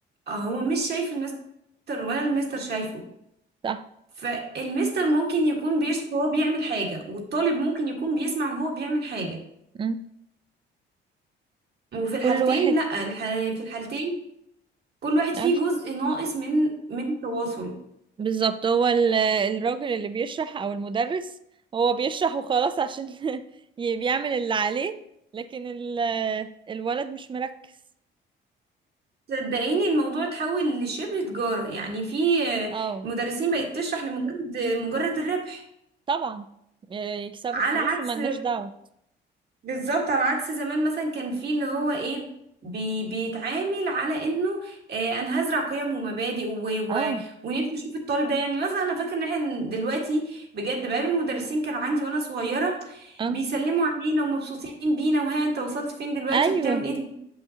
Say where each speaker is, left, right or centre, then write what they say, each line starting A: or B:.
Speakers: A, on the right (about 55°); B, on the right (about 25°).
A: آه هو مش شايف المستر ولا المستر شايفه
B: صح
A: فالمستر ممكن يكون بيشوف وهو بيعمل حاجة والطالب ممكن يكون بيسمع وهو بيعمل حاجة
B: مم.
A: وفي الحالتين
B: كل واحد
A: لا الح... في الحالتين كل واحد فيه
B: آه.
A: جزء ناقص من من التواصل
B: بالظبط هو ال- الراجل اللي بيشرح او المدرس هو بيشرح وخلاص عشان <laughs> ي- بيعمل اللي عليه لكن ال- الولد مش مركز
A: صدقيني الموضوع اتحول لشبه تجارة يعني في آه،
B: اه
A: مدرسين بقت تشرح لمجرد مجرد الربح
B: طبعا آه، يكسبوا
A: على
B: فلوس
A: عكس
B: وملناش دعوة
A: بالظبط على عكس زمان مثلا كان فيه اللي هو ايه بي بيتعامل على انه آه انا هزرع قيم ومبادئ و و
B: اه
A: ونفسي اشوف الطالب ده يعني مثلا انا فاكر ان احنا دلوقتي بجد بقابل المدرسين كانوا عندي وانا صغيره
B: اه
A: بيسلموا علينا ومبسوطين بينا وها انت وصلت فين دلوقتي
B: ايوه
A: وبتعمل ايه دلوقتي